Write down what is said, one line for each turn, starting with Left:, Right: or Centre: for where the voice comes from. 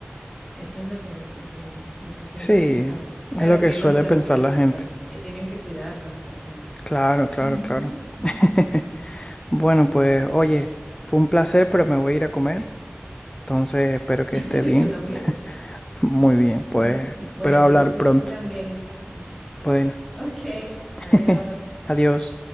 Centre: eso es lo que, lo que, lo que siempre
Left: Sí,
Centre: he pensado.
Left: es
Centre: Pero
Left: lo que
Centre: tiene
Left: suele
Centre: lógica
Left: pensar
Centre: lo que dices,
Left: la gente.
Centre: pues, que tienen que cuidarlos porque...
Left: Claro,
Centre: <clears throat>
Left: claro,
Centre: Ujú,
Left: claro.
Centre: ujú.
Left: <laughs> Bueno, pues oye, fue un placer, pero me voy a ir a comer. Entonces, espero que
Centre: <laughs>
Left: esté bien.
Centre: Yo también.
Left: <laughs> Muy bien, pues
Centre: Mm,
Left: espero
Centre: Bueno,
Left: hablar
Centre: tú,
Left: pronto.
Centre: tú también. Bueno,
Left: Bueno,
Centre: ok,
Left: <laughs>
Centre: adiós.
Left: adiós.